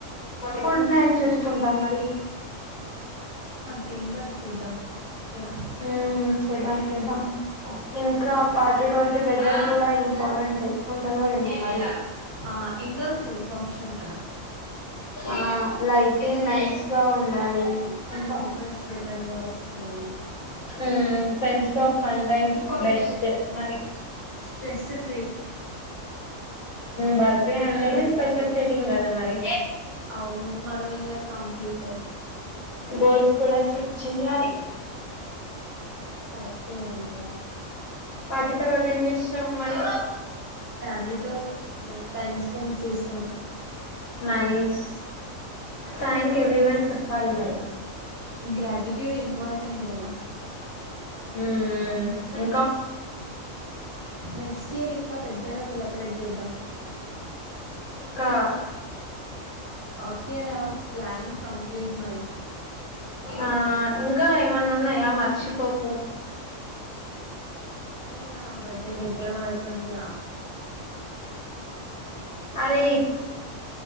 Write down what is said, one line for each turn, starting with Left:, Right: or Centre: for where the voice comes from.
Left: ఫుడ్ నేను చూసుకుంటా మరి
Right: టీమ్ వర్క్ చేద్దాం ఓకేనా
Left: ఉమ్ చేద్దాం చేద్దాం ఇంకా పది రోజులు వెదర్ కూడా ఇంపార్టెంట్ ఎట్లుంటదో ఏమో మరి
Right: ఆ ఇండోర్ సేఫ్ ఆప్షన్ కదా
Left: ఆ లైటింగ్ నైస్ గా ఉండాలి ఇంకా
Right: ఫొటోస్ బెటర్గా వస్తాయి
Left: ఉమ్ ఫ్రెండ్స్ తో ఫన్ టైమ్ బెస్ట్ మరి
Right: స్పెసిఫ
Left: బర్త్ డే అంటేనే స్పెషల్ ఫీలింగ్ కదా మరి
Right: అవును మరో ఇయర్ కంప్లీట్
Left: గోల్స్ కూడా సెట్చేయాలి
Right: కరెక్టే అది కూడా
Left: పార్టీ తర్వాత ఏం చేస్తారు మరి
Right: ఫ్యామిలీతో టైమ్ స్పెండ్ చేస్తాను
Left: నైయిస్ థ్యాంక్ ఎవ్రీ వన్ చెప్పాలి మరి
Right: గ్ర్రాటిట్యూడ్ ఇంపార్ర్ టెంట్ కదా
Left: ఉ ఇంకా
Right: నెక్స్ట్ ఇయర్ ఇంకా పెద్దగా సెలబ్రేట్ చేద్దాం
Left: కా
Right: ఓకేరా ప్లానింగ్ కంప్లీట్ మరి
Left: ఆ ఇంకా ఏమన్నా ఉన్నాయా మర్చిపోకు
Right: ఏనా బడ్డే ద గరవా పడుతుందిరా
Left: అరే